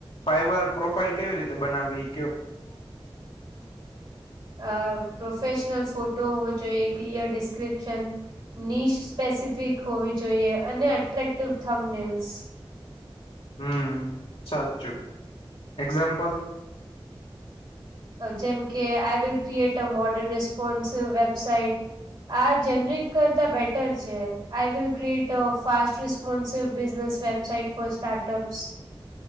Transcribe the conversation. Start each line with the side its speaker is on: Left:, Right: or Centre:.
Left: ફાઈબર પ્રોફાઈલ કેવી રીતે બનાવી ઈ કયો
Right: હમ હમ. <inaudible> અ પ્રોફેશનલ ફોટો જોઈએ ક્લિયર ડિસ્ક્રિપ્શન. નીશ સ્પેસિફિક હોવી જોઈએ અને એટ્રેક્ટિવ થમનેલ્સ.
Left: હમ સાચું એક્ઝામ્પલ.
Right: જેમ કે I will create a modern responsive website. આ જનરેટ કરતા બેટર છે I will create a fast ર. મુનસિફ બિઝનેસ વેબસાઇટ ફોર સ્ટાર્ટઅપ્સ.